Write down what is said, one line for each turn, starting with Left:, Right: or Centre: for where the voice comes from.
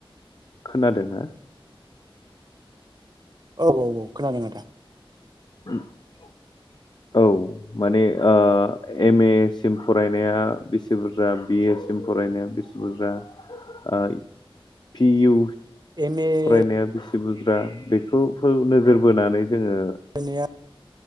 Left: खोनादोंना
Right: औ औ औ खोनादों आदा
Left: <inaudible> औ माने ओ एम ए सिम फरायनाया बेसे बुरजा बि ए सिम फरायनाया बेसे बुरजा ओ पि इउ
Right: एम ए
Left: फरायनाया बेसे बुद्रा बेखौ खौ नोजोर बोनानै जोङो
Right: फरायनाया